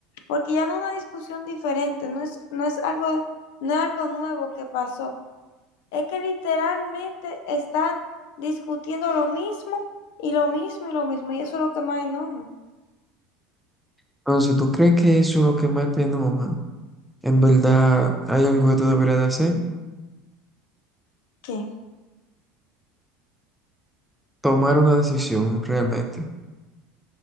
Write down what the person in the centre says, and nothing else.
Entonces, si ¿tú crees que eso es lo que más te enoja? En verdad, hay algo que tú deberías de hacer.
Tomar una decisión, realmente.